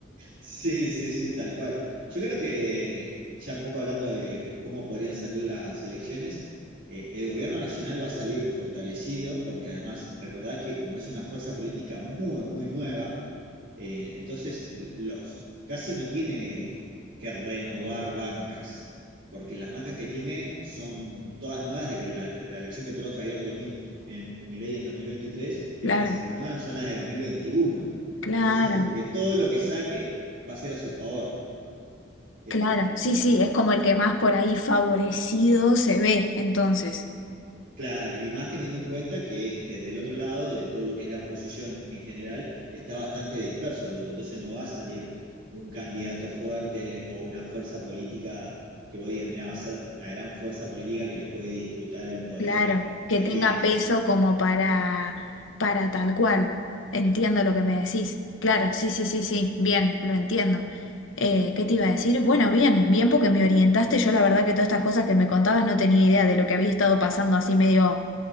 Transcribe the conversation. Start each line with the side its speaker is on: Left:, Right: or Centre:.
Right: Sí, sí, sí, tal cual. Yo creo que, ya un poco hablando de cómo podrían salir las elecciones, eh, el gobierno nacional va a salir fortalecido, porque además recordad que como es una fuerza política muy, muy nueva, eh, entonces el- los casi no tiene que renovar bancas, porque las bancas que tiene son todas nuevas de que la, de la elección que entró Javier dos mil en, en Milei en 2023 y
Left: Claro,
Right: las que se renuevan son las de 2021.
Left: claro,
Right: Entonces, como que todo lo que saque va a ser a su favor. Eh,
Left: claro. Sí,
Right: y
Left: sí, es como el que más por ahí favorecido se ve, entonces.
Right: claro, y más teniendo en cuenta que desde el otro lado de todo lo que es la oposición en general, está bastante disperso el voto, entonces no va a salir un candidato fuerte o una fuerza política que vos digas, mira, va a ser la gran fuerza política que le puede disputar el poder
Left: Claro,
Right: de
Left: que
Right: aquí
Left: tenga
Right: en más.
Left: peso como para, para tal cual. Entiendo lo que me decís. Claro, sí, sí, sí, sí, bien, lo entiendo. Eh, ¿qué te iba a decir? Bueno, bien, bien porque me orientaste. Yo la verdad que todas estas cosas que me contabas no tenía idea de lo que había estado pasando así medio